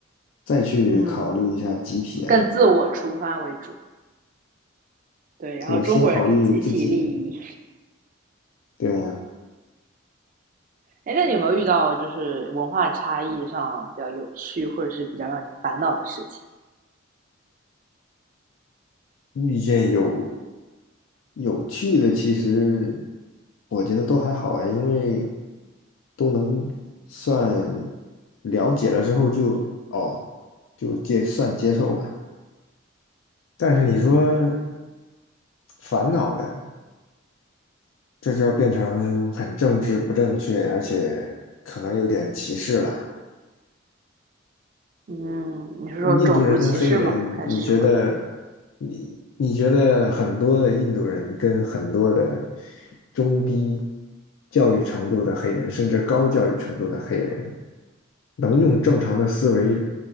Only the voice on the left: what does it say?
再去考虑一下集体啊。
对，先考虑自己。对啊
遇见有有趣的，其实我觉得都还好啊，因为都能算了解了之后就哦，就接算接受吧。但是你说
烦恼的，这就要变成很政治不正确，而且可能有点歧视了。
印度人跟黑人，
你觉得你你觉得很多的印度人跟很多的中低教育程度的黑人，甚至高教育程度的黑人，能用正常的思维